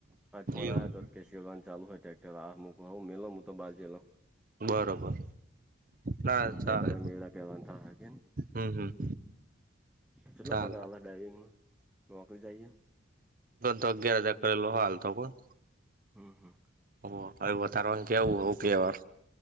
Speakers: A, in the centre; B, on the right.
A: પાંચ ફોન
B: એવું
A: આવ્યા તો. કેસીઓગંધ ચાલુ હોય ટ્રેક્ટર આું કું મ મુ તોતો બાજેલ.
B: બરોબર ના
A: બે
B: ચાલે
A: ત મેળ પેલા થ કે?
B: હમ હમ.
A: કેટલો
B: ચાલે
A: પગારલા ડાઈવિંગ માં? નોકરી જઈએ.
B: તો અગિયાર હજાર કરેલો હાલ તો કોણ.
A: હમ હમ.
B: ઓ હવે વધારે કેવું હોવ કે વાર,